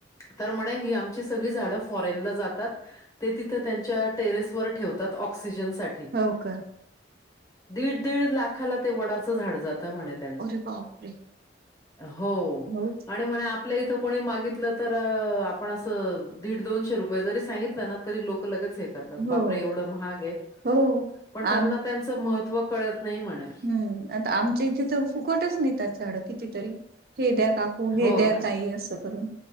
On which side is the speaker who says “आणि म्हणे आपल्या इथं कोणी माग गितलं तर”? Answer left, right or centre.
Left